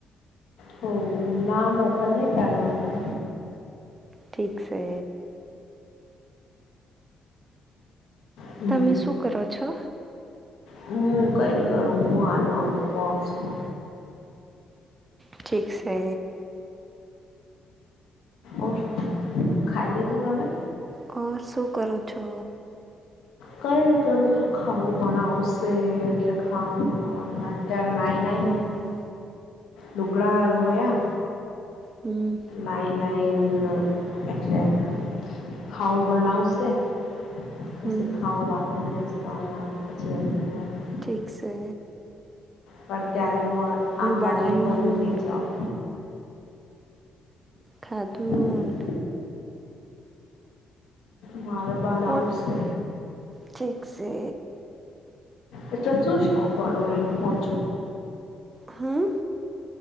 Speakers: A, on the left; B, on the right.
A: હ નામ ઓપન નહી કરવાનું
B: ઠીક છે
A: હમ
B: તમે શું કરો છો
A: હું કઈ ન કરું હું હાલમાં હુ ગ છું.
B: ઠીક છે
A: ઓ ખાઈ લીધું તમે?
B: હ શું કરો છો?
A: કઈ રીતે કરું છું ખાવું બણાવશે એટલે ખાવું નાઇન આઈ
B: હમ
A: લુગડા ધોયા.
B: હમ
A: નાઇન નાઇન અચ્છા. ખાવું ભણાવશે પછી
B: હમ
A: ખાવું બાકી ન દસતો આ પછી ઊંઘવાનું
B: ઠીક સે
A: પણ ત્યારે હું આમ
B: બનાયું
A: લાગે કે ઊંઘી જાઉં
B: ખાધું
A: હમ માળબણઉશે.
B: ઓ ઠીક છે
A: એટ તોું શ <unintelligible> કરો એમ હું
B: હમ